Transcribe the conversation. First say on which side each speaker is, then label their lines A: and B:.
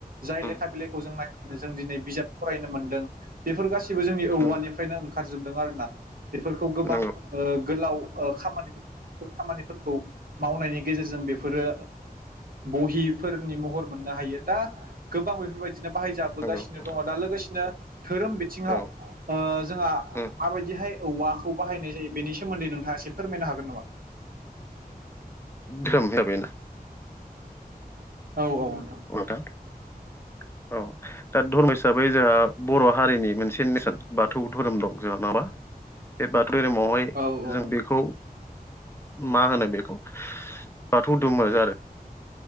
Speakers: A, on the right; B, on the left.
A: जाय
B: उम
A: लेखा बिलाइखौ जों नाय जों दिनै बिजाब फरायनो मोनदों । बेफोर गाैबो जोंनि औवानिफ्रायनो
B: उम
A: ओंखारजोबदों आरो ना । बेफोरखौ गोबां
B: नंगौ
A: ओ गोलाव खामानि दंफोर खामानिफोरखौ मावनायनि गेजेरजों बेफोरो बहिफोरनि महर मोननो हायो दा गोबां बेफोरबायदिनो बाहायजाबोगासिनो
B: नंगौ नोंथां
A: दङ दा लोगोसेनो धोरोम बिथिङाव
B: औ
A: ओ जोंहा
B: उम
A: माबायदिहाय औवाखौ बाहायनाय जायो बेनि सोमोन्दै नोंथाङा एसे फोरमायनो हागोन नामा ।
B: धोरोम हिसाबै ना
A: औ औ नोंथां
B: था औ । दा धर्म हिसाबै जोंहा बर' हारिनि मोनसे नेरसोन बाथौ धोरोम दं जोंहा नङाबा बे बाथ मै
A: औ औ
B: जों बेखौ मा होनो बेखौ बाथौ दधुमो आरो ।